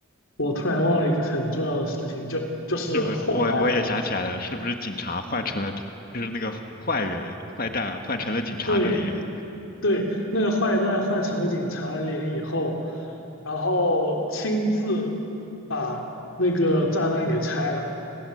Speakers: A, on the left; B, on the left.
A: 我突然忘了一个很重要的事情，就就是后来。
B: 是不是？我我也想起来了，是不是警察换成了他，就是那个坏人坏蛋换成了警察的脸？
A: 对，对，那个坏蛋换成了警察的脸以后，然后亲自把那个炸弹给拆了，